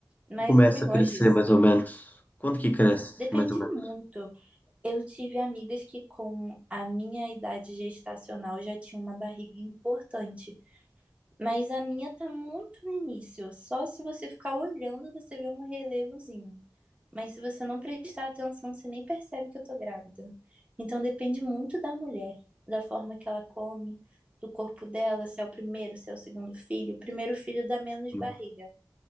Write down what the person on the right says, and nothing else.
Mas
eu também gosto
disso.
Depende
muito. Eu tive amigas que, com a minha idade gestacional, já tinham uma barriga importante. Mas a minha tá muito no início. Só se você ficar olhando, você vê um relevozinho. Mas se você não prestar atenção, você nem percebe que eu tô grávida. Então depende muito da mulher, da forma que ela come, do corpo dela, se é o primeiro, se é o segundo filho. O primeiro filho dá menos
barriga.